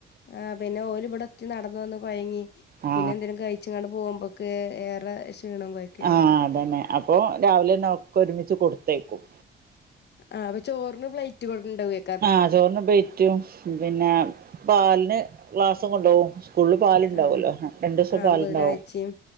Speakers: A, on the left; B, on the right.
A: ആഹ പിന്നെ ഓൽഇവിടെ ഒത്തി നടന്ന് വന്ന് കൊഴങ്ങി.
B: ആ
A: പിന്നെ എന്തെങ്കിലും കഴിച്ചങ്ങാണ്ട് പോകുമ്പോക്കെ ഏറെ ക്ഷീണവു കൊഴക്ക് ഏകാരം.
B: ആ അതന്നെ. അ അപ്പൊ രാവിലെന്നെക്കെ ഒരുമിച്ച് കൊടുത്തയിക്കും.
A: ആഹ് അപ്പം ചോറിന് പ്ലേറ്റ് കൊണ്ടോവെ
B: ആഹ ചോറിന് പ്ലെയ്റ്റും പിന്നെ പാലിന് ഗ്ലാസ് കൊണ്ടാവും. സ്കൂളിൽ പാലുണ്ടാവല്ലോ
A: ആഹ്
B: രണ്ടീസം
A: ആഹ്
B: പാലുണ്ടാവും.
A: ബുധനാഴ്ചയും